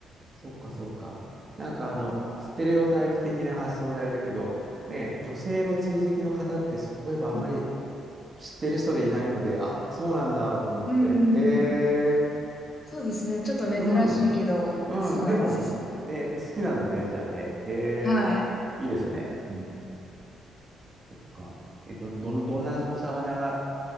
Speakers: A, on the right; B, on the left.
A: そっかそっか。なんかあの、ステレオタイプ的な発想であれだけど、ね、女性の釣り好きの方ってそういえばあまり
B: うん
A: 知ってる人でいないので、あ、そうなんだと思って。
B: うんうん
A: へえ、
B: そうですね。ちょっと珍しいけど、
A: うん、うん、
B: そうなんです。
A: でも、
B: です
A: ね、好きなんだね、じゃあね。へえ、
B: はい。
A: いいですね。うん、そっか。えっと、どん、どんなお魚が